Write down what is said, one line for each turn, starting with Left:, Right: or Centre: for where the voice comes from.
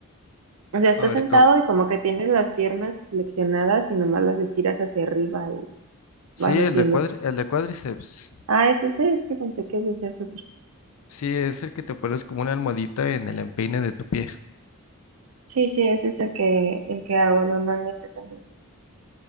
Right: O sea, estás
Left: A ver,
Right: sentado
Left: ¿cómo?
Right: y como que tienes las piernas flexionadas y nomás las estiras hacia arriba y
Left: Sí,
Right: vas haciendo.
Left: el de cuadri- el de cuádriceps.
Right: Ah, es ese, es que pensé que ese es otro.
Left: Sí, es el que te pones como una almohadita en el empeine de tu pie.
Right: Sí, sí, ese es el que, el que hago normalmente también.